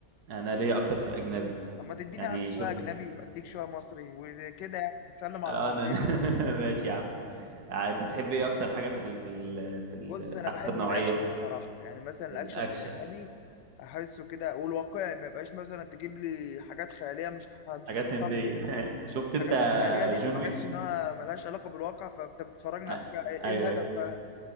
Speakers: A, on the right; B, on the left.
A: انا ليا اكتر في الاجنبي
B: طب ما تديني
A: يعني
B: يا عم شويه
A: شوف
B: اجنبي اديك شويه مصري وكده يعني نسلم على
A: آه،
B: بعضين
A: انا <laughs> ماشي يا عم آه، انت بتحب ايه اكتر حاجه في ال... في ال... في ال...
B: بص انا
A: اكتر
B: بحب
A: نوعيه
B: الاكشن الصراحه يعني مثلا الاكشن
A: الاكشن
B: في الاجنبي احسه كده والواقعي ما يبقاش مثلا تجيب لي حاجات خياليه مش ه- مش
A: حاجات
B: هتحصل
A: هنديه
B: لي
A: <laughs> شفت
B: الحاجات
A: انت
B: الخياليه دي
A: جون
B: ما
A: ويك
B: بحسش انها ملهاش علاقه بالواقع فانت بتتفرجنا
A: آه،
B: على حاجه
A: ايوه
B: ايه الهدف
A: ايوه
B: بقى